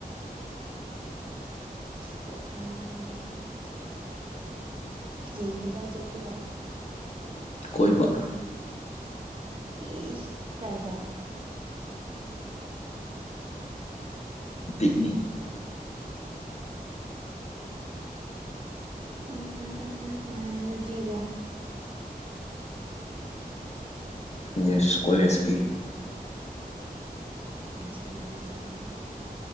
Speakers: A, on the right; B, on the left.
A: ꯀꯣꯛꯈ꯭ꯔ ꯉꯥꯎꯏꯗ꯫ ꯍꯌꯦꯡꯗꯤ ꯀꯥꯏ ꯆꯠꯀꯦꯔꯣ꯫
B: ꯀꯣꯏꯕ꯫
A: ꯏ ꯀꯥꯏꯗ꯫
B: ꯄꯤꯛꯅꯤꯛ꯫
A: ꯎ ꯎ ꯎ ꯎꯝ ꯎꯝ ꯅꯨꯄꯤꯒ꯫
B: ꯌꯦꯁ ꯀꯣꯂꯦꯖꯀꯤ꯫
A: ꯎꯝ ꯆꯠꯂꯨꯔꯣ-ꯆꯠꯂꯨꯔꯣ꯫